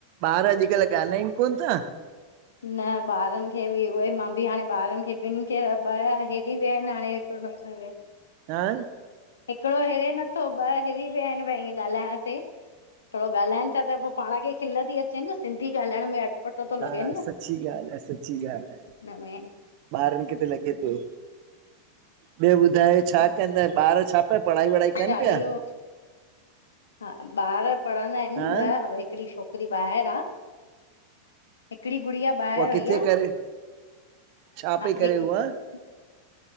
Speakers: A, on the right (about 45°); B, on the left (about 65°).
A: ॿार अॼुकल्ह ॻाल्हाइनि कोन ता
B: न ॿारनि खे बि उहेई मां बि हाणे ॿारनि खे ॿिन्हीं खे ॿ हिरी विया आहिनि हाणे एॾा सारा <inaudible>
A: हा
B: हिकिड़ो हिरे नथो ॿ हिरी विया आहिनि भई ॻाल्हाइण ते थोरो ॻाल्हाइनि था त पोइ पाण खे खिल थी अचेनि न सिंधी ॻाल्हाइण में थो
A: हा
B: लॻेनि
A: सची ॻाल्हि आहे सची ॻाल्हि आहे
B: न मे
A: ॿारनि खे त लॻे पियो ॿियो ॿुधाए छा कंदा ॿार छा पढ़ाई वढ़ाई कनि
B: चालीहो
A: पिया
B: हा ॿार पढ़ंदा आहिनि
A: हा
B: ॿ हिकिड़ी छोकिरी ॿाहिरि आहे हिकिड़ी गुड़िया ॿाहिरि
A: उहा
B: वई
A: किथे
B: आ
A: करे छा
B: हा
A: पई करे
B: हिकु
A: उहा
B: मिन्